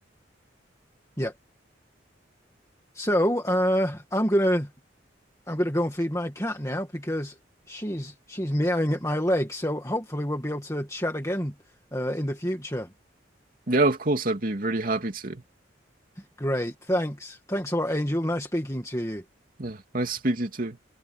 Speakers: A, on the left (about 15°); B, on the right (about 50°).
A: yeah. So uh, I'm gonna I'm gonna go and feed my cat now because she's she's meowing at my leg. So hopefully we'll be able to chat again uh, in the future.
B: Yeah, of course, I'd be really happy to.
A: Great, thanks, thanks a lot, Angel. Nice speaking to you.
B: Yeah, nice to speak to you too.